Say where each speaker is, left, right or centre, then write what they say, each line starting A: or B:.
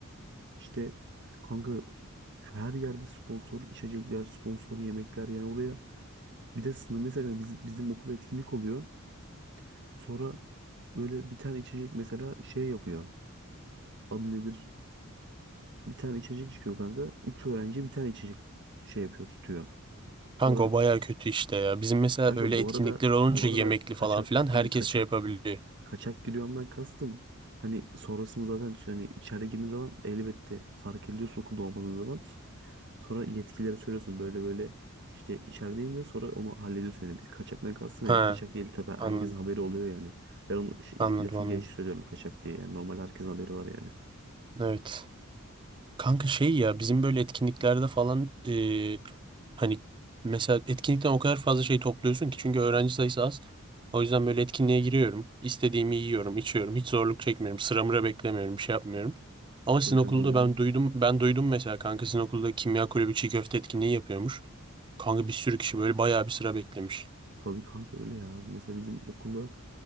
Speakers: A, on the right; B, on the right.
A: İşte kanka şu her yerde sponsor içecekler, sponsor yemekler yani oraya bir de sınır mesela biz, bizim okulda etkinlik oluyor. Sonra böyle bir tane içecek mesela şey yapıyor. Adı nedir? Bir tane içecek içiyor kanka. Üç öğrenci bir tane içecek şey yapıyor tutuyor. Sonra
B: Kanka o baya kötü işte ya. Bizim mesela
A: kanka
B: öyle
A: bu
B: etkinlikler
A: arada
B: olunca
A: bu arada
B: yemekli
A: kaçak
B: falan filan
A: kanka
B: herkes
A: kaçak
B: şey yapabiliyor.
A: kaçak giriyorumdan kastım. Hani sonrasını zaten hani içeri girdiğin zaman elbette fark ediyorsun okulda olmadığın zaman. Sonra yetkililere söylüyorsun böyle böyle işte içerideyim de sonra onu hallediyorsun yani. Biz kaçaktan kastım
B: Ha
A: yani kaçak değil tabii
B: anladım
A: herkesin haberi oluyor yani. Ben onu şey,
B: anladım
A: lafın
B: anladım.
A: gelişi söylüyorum kaçak diye yani normal herkesin haberi var yani.
B: Evet. Kanka şey ya bizim böyle etkinliklerde falan e, hani mesela etkinlikten o kadar fazla şey topluyorsun ki çünkü öğrenci sayısı az. O yüzden böyle etkinliğe giriyorum. İstediğimi yiyorum, içiyorum. Hiç zorluk çekmiyorum. Sıra mıra beklemiyorum, bir şey yapmıyorum. Ama sizin
A: Tabii kanka
B: okulda
A: öyle
B: ben
A: değil.
B: duydum, ben duydum mesela kanka sizin okulda kimya kulübü çiğ köfte etkinliği yapıyormuş. Kanka bir sürü kişi böyle bayağı bir sıra beklemiş.
A: Tabii kanka öyle ya. Mesela bizim okulda